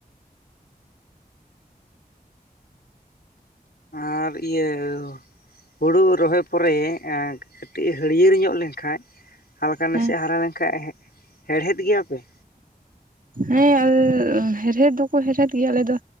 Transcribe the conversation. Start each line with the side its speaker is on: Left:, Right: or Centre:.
Left: ᱟᱨ ᱤᱭᱟᱹ ᱦᱩᱲᱩ ᱨᱚᱦᱚᱭ ᱯᱚᱨᱮ ᱠᱟᱹᱴᱤᱡ ᱦᱟᱹᱲᱭᱟᱹᱲ ᱧᱚᱜ ᱞᱮᱱᱠᱷᱟᱡ, ᱦᱟᱞᱠᱟ ᱱᱟᱥᱮ
Right: ᱦᱮᱸ
Left: ᱦᱟᱨᱟ ᱞᱮᱱᱠᱟᱱᱡ ᱦᱮᱲᱦᱮᱫ ᱜᱮᱭᱟᱯᱮ᱾
Right: ᱦᱮᱸ ᱦᱮᱲᱦᱮᱫ ᱫᱚᱠᱚ ᱦᱮᱲᱦᱮᱫ ᱜᱮᱭᱟ ᱟᱞᱮ ᱫᱚ,